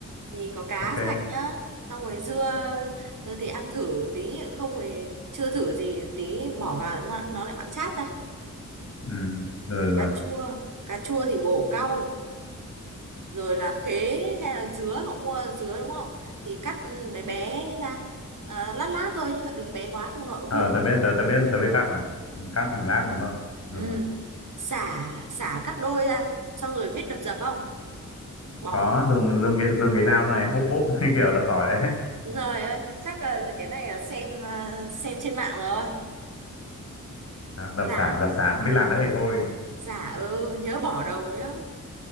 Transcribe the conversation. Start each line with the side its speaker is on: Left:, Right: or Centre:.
Right: thì có cá
Left: ok
Right: sạch nhá xong rồi dưa dưa thì ăn thử tí không rồi chưa thử gì tí bỏ vào nó nó lại mặn chát ra
Left: ừ được rồi được rồi
Right: cà chua cà chua thì bổ cau rồi là khế hay là dứa cậu mua dứa đúng không thì cắt bé bé ra à, lát lát thôi nhá đừng bé quá không nó vụn
Left: ờ tớ biết tớ tớ biết tớ biết cắt rồi Ừ, cắt thành lát đúng không rồi
Right: ừ. xả xả cắt đôi ra xong rồi biết đập dập không bỏ
Left: có dùng dùng cái dùng cái dao này bóp bóp <laughs> như kiểu đập tỏi đấy
Right: Rồi ơi, chắc là cái này là xem ờ, xem trên mạng rồi.
Left: À, đập
Right: Giả,
Left: xả đập xả không biết làm nữa thì thôi
Right: giả ừ, nhớ bỏ đầu nhá.